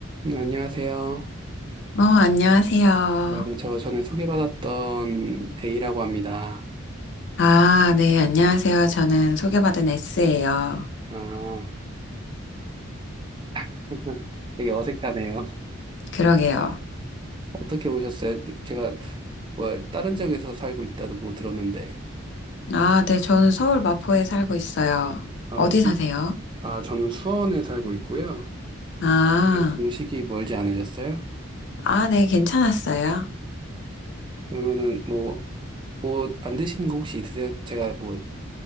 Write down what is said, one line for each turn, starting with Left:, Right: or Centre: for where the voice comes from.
Right: 음, 안녕하세요.
Left: 어, 안녕하세요.
Right: 아, 네, 저 전에 소개받았던 A라고 합니다.
Left: 아, 네, 안녕하세요. 저는 소개받은 S예요.
Right: 아, <laughs> 되게 어색하네요.
Left: 그러게요.
Right: 어떻게 오셨어요? 네, 제가 뭐 다른 지역에서 살고 있다고 들었는데.
Left: 아, 네, 저는 서울 마포에 살고 있어요.
Right: 아,
Left: 어디
Right: 오시,
Left: 사세요?
Right: 아, 저는 수원에 살고 있고요.
Left: 아,
Right: 네, 오시기 멀지 않으셨어요?
Left: 아, 네, 괜찮았어요.
Right: 그러면은 뭐, 뭐 안 드시는 거 혹시 있으세요? 제가 뭐